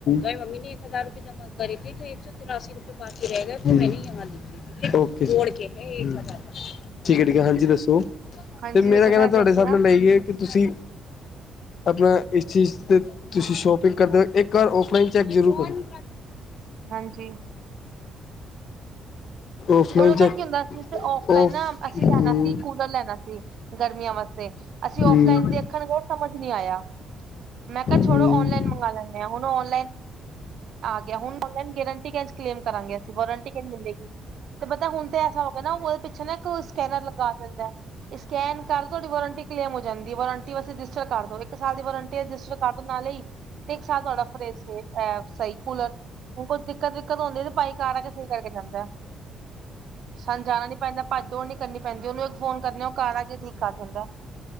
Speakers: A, on the left; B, on the right.
A: ਆਈ ਮੰਮੀ ਨੇ ਇੱਕ ਹਜ਼ਾਰ ਰੁਪਏ ਜਮ੍ਹਾਂ ਕਰੇੀ ਤੇ ਇੱਕ ਸੌ ਤਿਰਾਸੀ ਰੁਪਏ ਬਾਕੀ ਰਹਿ ਗਏ ਉਹੋ ਮੈਂ ਨਹਾ ਦੀ। ਓਕ ਸਰ ਠੀਕ ਹੈ ਠੀਕ ਹੈ ਹਾਂਜੀ ਦੱਸੋ
B: ਹਾਂਜੀ
A: ਤੇ ਮੇਰਾ ਕਹਿਣਾ
B: ਸਾਡੇ
A: ਤੁਹਾਡੇ
B: ਅਸੀਂ
A: ਹਿਸਾਬ
B: ਨਾ
A: ਨਾਲ ਲਾਈਏ ਕਿ ਤੁਸੀਂ ਆਪਣਾ ਇਸ ਚੀਜ਼ ਤੇ ਤੁਸੀਂ ਸ਼ੋਪਿੰਗ ਕਰਦੇ ਹੋ ਇੱਕ ਘਰ ਔਫਲਾਈਨ ਚੈੱਕ ਜ਼ਰੂਰ ਕਰੋ।
B: ਹਾਂਜੀ।
A: ਔਫਲਾਈਨ
B: ਹੁਣ ਉਹ
A: ਚੈੱਕ
B: ਤਾਂ ਕੀ ਹੁੰਦਾ ਸੀ ਔਫਲਾਈਨ
A: ਔਫ
B: ਨਾ ਅਸੀਂ
A: ਹੂੰ
B: ਲੈਣਾ ਸੀ ਕੂਲਰ ਲੈਣਾ ਸੀ। ਗਰਮੀਆਂ ਵਾਸਤੇ ਅਸੀਂ
A: ਹੂੰ
B: ਔਫ ਲਾਈਨ ਦੇਖਣਗੇ ਸਮਝ ਨੀ ਆਇਆ। ਮੈਂ ਕਿਹਾ
A: ਹੂੰ
B: ਛੋੜੋ ਔਨਲਾਈਨ ਮੰਗਵਾ ਲੈਂਦੇ ਹਾਂ ਹੁਣ ਓਹ ਔਨਲਾਈਨ। ਆ ਗਿਆ ਹੁਣ ਓਨਲਾਈਨ ਗਰੰਟੀ ਕੈਸ਼ ਕਲੇਮ ਕਰਾਂਗੇ ਅਸੀਂ ਗਰੰਟੀੰ ਮਿਲੇਗੀ। ਤੇ ਪਤਾ ਹੁਣ ਤੇ ਐਸਾ ਹੋ ਗਿਆ ਨਾ ਉਹਦੇ ਪਿੱਛੇ ਨਾ ਇੱਕ ਸਕੈਨਰ ਲਗਾ ਦਿੰਦਾ। ਸਕੈਨ ਕਰਦੋ ਤੁਹਾਡੀ ਵੋਰੰਟੀ ਕਲੇਮ ਹੋ ਜਾਂਦੀ ਹੈ ਵੋਰੰਟੀ ਵਸਤੇ ਰਜਿਸਟਰ ਕਰਦੋ ਏਕ ਇੱਕ ਸਾਲ ਦੀ ਵਾਰੰਟੀ ਹੈ ਰਜਿਸਟਰ ਕਰ ਦੋ ਨਾਲੇ ਹੀ ਤੇ ਇੱਕ ਸਾਲ ਤੁਹਾਡਾ ਫਰੇਜ਼ਇਹ ਸੇਫ ਸਹੀ ਕੂਲਰ ਹੁਣ ਕੁਛ ਦਿੱਕਤ ਦਿੱਕਤ ਹੁੰਦੀ ਤੇ ਪਾਈ ਘਰ ਆ ਕੇ ਸਹੀ ਕਰਕੇ ਜਾਂਦਾ ਸਾਨੂੰ ਜਾਣਾ ਨੀ ਪੈਂਦਾ। ਭੱਜ ਦੋੜ ਨੀ ਕਰਨੀ ਪੈਂਦੀ ਉਹਨੂੰ ਇਕ ਫੋਨੇ ਕਰਨੇ ਅ ਉਹ ਘਰ ਆ ਕੇ ਠੀਕ ਕਰ ਦਿੰਦਾ।